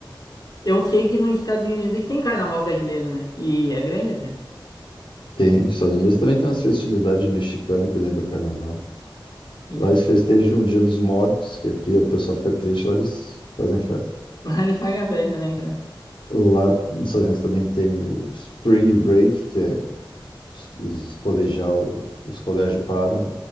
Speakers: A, on the left; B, on the left.
A: Eu sei que nos Estados Unidos tem carnaval brasileiro, né? E é grande até.
B: Tem. Nos Estados Unidos também tem umas festividades mexicanas que lembra carnaval.
A: Já.
B: Lá eles
A: <laughs>
B: festejam o Dia dos Mortos, que aqui o pessoal fica triste, lá eles fazem festa.
A: Lá eles pagam a velha, né, cara?
B: Lá nos Estados Unidos também tem o Spring Break, que é os, os colegial, os colégios param